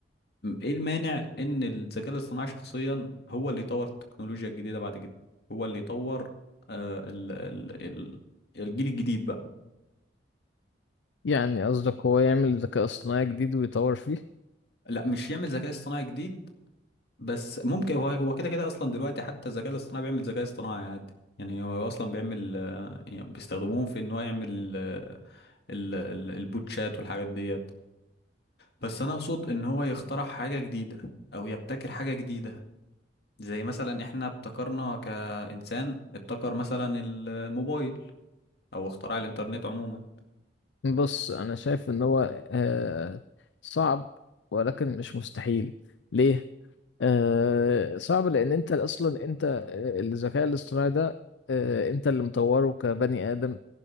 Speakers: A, on the left; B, on the left.
A: م- ايه المانع ان الذكاء الاصطناعي شخصيا هو اللي يطور التكنولوجيا الجديده بعد كده هو اللي يطور أه ال ال ال الجيل الجديد بقى
B: يعني قصدك هو يعمل ذكاء اصطناعي جديد ويطور فيه
A: لا مش يعمل ذكاء اصطناعي جديد بس ممكن هو هو كده كده اصلا دلوقتي حتى الذكاء الاصطناعي بيعمل ذكاء اصطناعي عادي يعني هو اصلا بيعمل آه، يعني بيستخدموه في ان هو يعمل آه، ال- ال- البوتشات والحاجات ديت بس انا اقصد ان هو يخترع حاجة جديدة او يبتكر حاجة جديدة زي مثلا احنا ابتكرنا كإنسان ابتكر مثلا ال- الموبايل او اختراع الانترنت عموما
B: بص انا شايف ان هو آه صعب ولكن مش مستحيل ليه آه صعب لان انت اصلا انت آه، الذكاء الاصطناعي ده آه انت اللي مطوره كبني ادم